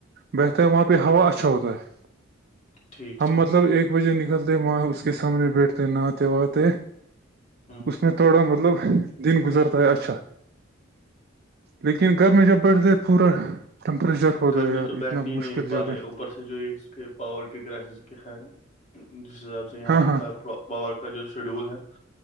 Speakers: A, on the right; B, on the left.
A: بہتر ہے وہاں پہ ہوا اچھا ہوتا ہے
B: ٹھیک
A: ہم
B: ٹھیک
A: مطلب ایک بجے نکلتے ہیں وہاں اس کے سامنے بیٹھتے نہاتے وہاتے ہے
B: ہ
A: اس میں تھوڑا مطلب دن گزرتا ہے اچھا لیکن گھر میں جب بیٹھتے پورا ٹمپریچر ہوتا
B: گرمی
A: ہے یار
B: تو
A: اتنا
B: بیٹھ نہیں
A: مشکل
B: نہیں پا
A: جاتا
B: رہے
A: ہے
B: اوپر سے جو ہے اس کے پاور کے کرائسز ہے جس حساب سے یہاں
A: ہاں ہاں
B: کا پاور کا جو شیڈول ہے